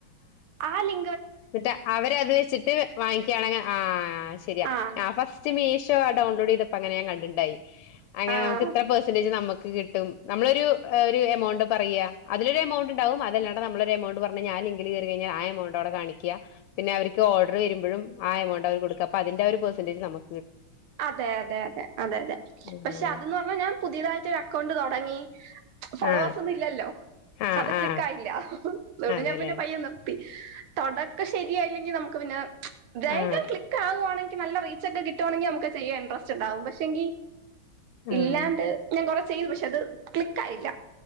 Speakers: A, on the right; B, on the left.
A: ആ ലി
B: എന്നിട്ട് അവരത് വെച്ചിട്ട് വാങ്ങിക്കാണെങ്കിൽ ആ ശരിയാ
A: ആഹ്
B: ഫസ്റ്റ് മീഷോ ഡൗൺലോഡ് ചെയ്തപ്പോ അങ്ങനെ ഞാൻ കണ്ടിട്ടുണ്ടായി. അങ്ങനെ
A: ആഹ്
B: നമുക്ക് ഇത്ര പെർസെന്റേജ് നമുക് കിട്ടും നമ്മളൊരു എമൗണ്ട് പറയാ അതിലൊരു എമൗണ്ട് ണ്ടാകും അതല്ലാണ്ട് നമ്മളൊരു എമൗണ്ട് പറഞ്ഞു കഴിഞ്ഞാൽ ആ ലിങ്കിൽ കയറി കഴിഞ്ഞാൽ ആ എമൗണ്ട് അവിടെ കാണിക് കാ പിന്നെ അവർക്ക് ഓർഡർ വരുമ്പഴും ആ എമൗണ്ട് അവർ കൊടുക്കുക അപ്പോ അതിന്റെ ആ ഒരു പെർസന്റേജ് നമു
A: അതെ അതെ അതെ അതെ അതെ
B: ഉം
A: പക്ഷെ അതെന്ന് പറഞ്ഞാ ഞാൻ പുതിയതായിട്ട് ഒരു അക്കൗണ്ട് തുടങ്ങി ഫോളോവെർസ്
B: ആ
A: ഒന്നും ഇല്ലല്ലോ
B: ആ
A: അത്
B: ആ
A: ക്ലിക് ആയില്ല അതുകൊണ്ട്
B: അതെല്ലേ
A: ഞാൻ പിന്നെ പയ്യെ നിർത്തി. തുടക്കം ശരിയായില്ലെങ്കിൽ നമുക്ക് പിന്നെ വേഗം
B: ആ
A: ക്ലിക്ക് ആകുകവാണെങ്കിൽ നല്ല റേ ച്ചെക്കെ കട്ടുണെങ്ക നമക്ക് ചെയ ഇൻട്രസ്റ്റ് ണ്ടാവും പക്ഷെങ്ക
B: ആ
A: ഇല്ലാണ്ട് ഞാൻ ചെയ്യുന്നു പക്ഷെ അത് ക്ലിക്ക് ആയില്ല